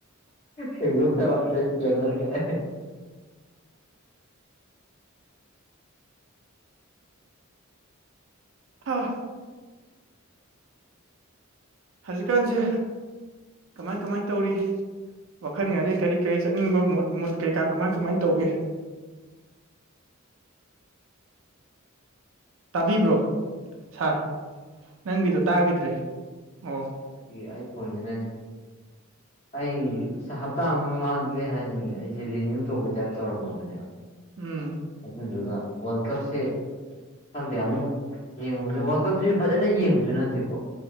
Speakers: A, on the left; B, on the right.
A: ꯁꯦꯡꯗꯣꯛꯆꯕ ꯗꯤꯁꯀ꯭ꯂꯦꯃꯔ ꯒꯥꯢ
B: ꯍꯥꯥ ꯍꯧꯖꯤꯛꯀꯥꯟꯁꯦ ꯀꯃꯥꯏ ꯀꯃꯥꯏ ꯇꯧꯔꯤ ꯋꯥꯈꯜꯒꯥꯡꯁꯦ ꯀꯔꯤ ꯀꯔꯤ ꯆꯠꯅꯤꯡꯕ ꯃꯨꯠ ꯃꯨꯠ ꯀꯩ ꯀꯥ ꯀꯃꯥꯏ ꯀꯃꯥꯏꯅ ꯇꯧꯒꯦ ꯇꯥꯕꯤꯕ꯭ꯔꯣ ꯁꯥꯔ ꯅꯪꯒꯤꯗꯣ ꯇꯥꯒꯤꯗ꯭ꯔꯦ ꯑꯣ
A: ꯅꯠꯇꯦ ꯑꯩ ꯐꯣꯟꯁꯤꯅꯥꯅꯦ ꯑꯩ ꯍꯞꯇꯥ ꯑꯃꯒꯤ ꯃꯃꯥꯡꯗꯒꯤ ꯍꯥꯏꯁꯤꯅꯦ ꯑꯩꯁꯦ ꯔꯤꯅ꯭ꯌꯨ ꯇꯧꯕꯩ ꯇꯥꯏꯞ ꯇꯧꯔꯝꯃꯕꯅꯦ <unintelligible>
B: ꯎꯝ
A: ꯑꯗꯨꯗꯨꯒ ꯋꯥꯔꯜ ꯀꯞꯁꯦ ꯈꯪꯗꯦ ꯑꯃꯨꯛ ꯌꯦꯡꯉꯨ ꯋꯥꯔꯜ ꯀꯞꯁꯤ ꯐꯖꯅ ꯌꯦꯡꯕꯁꯨ ꯅꯠꯇꯦꯀꯣ